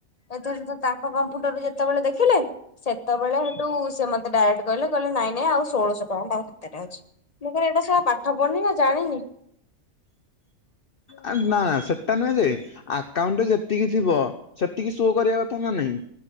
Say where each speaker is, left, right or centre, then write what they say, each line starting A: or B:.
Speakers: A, on the left; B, on the left.
A: ଏଥର ତ ତାଙ୍କ କମ୍ପ୍ୟୁଟରରୁୁ ଯେତେବେଳେ ଦେଖିଲେ ସେତେବେଳେ ସେଠୁ ସେ ମୋତେ ଡାଇରେକ୍ଟ କହିଲେ କହିଲେ ନାଇଁ ନାଇଁ ଆଉ ଷୋଳଶହ ଟଙ୍କା ତମ ଖାତାରେ ଅଛି। ମୁଁ କହିଲି ଏଇଟା ସେଟା ପାଠ ପଢିନି ନା ଜାଣିନି।
B: ଆରେ ନା ନା ସେଟା ନୁହେଁ ଯେ ଆକାଉଣ୍ଟ ରେ ଯେତିକି ଥିବ ସେତିକି ସୋ କରିବା କଥା ନା ନାହିଁ।